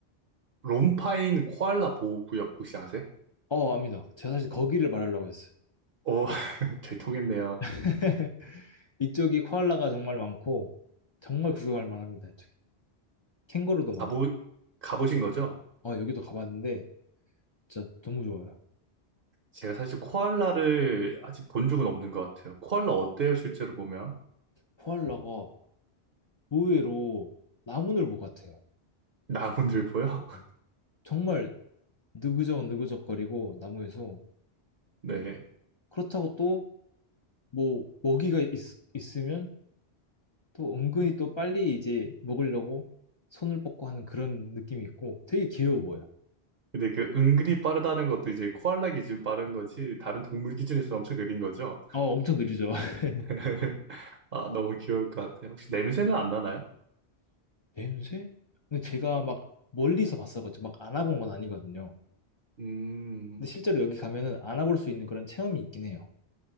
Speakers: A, on the right; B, on the left.
A: 롬파인 코알라 보호구역 혹시 아세요?
B: 어, 압니다. 제가 사실 거기를 말하려고 했어요.
A: 오, <laughs> 잘 통했네요.
B: <laughs> 이쪽이 코알라가 정말 많고, 정말 구경할 만합니다, 이쪽이. 캥거루도 많고.
A: 가보, 가보신 거죠?
B: 아, 여기도 가봤는데 진짜 너무 좋아요.
A: 제가 사실 코알라를 아직 본 적은 없는 것 같아요. 코알라 어때요, 실제로 보면?
B: 코알라가 의외로 나무늘보 같아요.
A: 나무늘보요? <laughs>
B: 음. 정말 느그적 느그적거리고 나무에서
A: 네.
B: 그렇다고 또 뭐 먹이가 있, 있으면 또 은근히 또 빨리 이제 먹으려고 손을 뻗고 하는 그런 느낌이 있고 되게 귀여워 보여요.
A: 근데 그 은근히 빠르다는 것도 이제 코알라 기준 빠른 거지, 다른 동물 기준에서 엄청 느린 거죠?
B: 어, 엄청 느리죠. <laughs>
A: <laughs> 아, 너무 귀여울 것 같아요. 혹시 냄새는 안 나나요?
B: 냄새? 근데 제가 막 멀리서 봤어가지고 막 안아본 건 아니거든요.
A: 음,
B: 근데 실제로 여기 가면은 안아볼 수 있는 그런 체험이 있긴 해요.